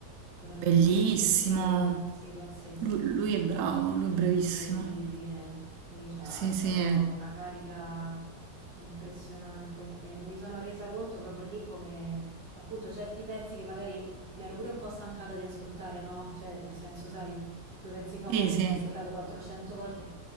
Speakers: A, on the right; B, on the right.
A: furono incredibili,
B: bellissimo.
A: sì, sì, pazzeschi.
B: Lu- lui è bravo, lui è
A: È
B: bravissimo.
A: incredibile, lui c'ha
B: Sì, sì,
A: proprio una carica impressionante e mi sono resa conto proprio lì come appunto certi pezzi che magari mi ero pure un po' stancata di ascoltare, no? Cioè nel senso, sai, quei pezzi famosi
B: sì, sì.
A: che hai ascoltato 400 volte,